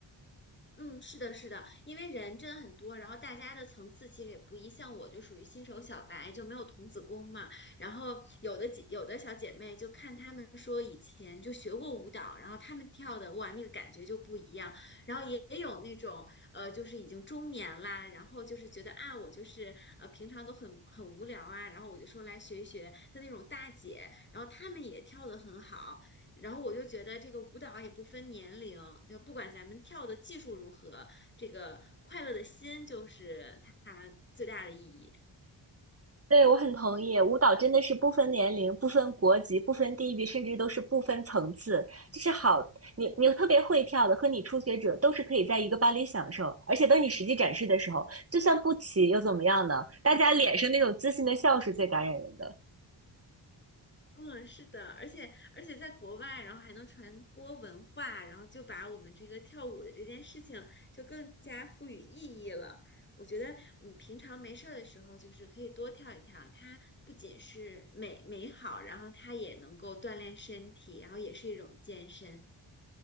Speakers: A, on the left (about 20°); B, on the right (about 30°).
A: 嗯，是的，是的，因为人真的很多，然后大家的层次其实也不一，像我就属于新手小白，就没有童子功嘛。然后有的姐，有的小姐妹就看她们说以前就学过舞蹈，然后她们跳的哇，那个感觉就不一样。然后也也有那种呃，就是已经中年啦，然后就是觉得啊，我就是呃平常都很很无聊啊，然后我就说来学一学的那种大姐，然后她们也跳得很好。然后我就觉得这个舞蹈也不分年龄，就不管咱们跳的技术如何，这个快乐的心就是它最大的意义。
B: 对，我很同意，舞蹈真的是不分年龄、不分国籍、不分地域，甚至都是不分层次。就是好，你你特别会跳的和你初学者都是可以在一个班里享受，而且等你实际展示的时候，就算不齐又怎么样呢？大家脸上那种自信的笑是最感染人的。
A: 嗯，是的，而且而且在国外，然后还能传播文化，然后就把我们这个跳舞的这件事情就更加赋予意义了。我觉得，嗯，平常没事儿的时候，就是可以多跳一跳。它不仅是美美好，然后它也能够锻炼身体，然后也是一种健身。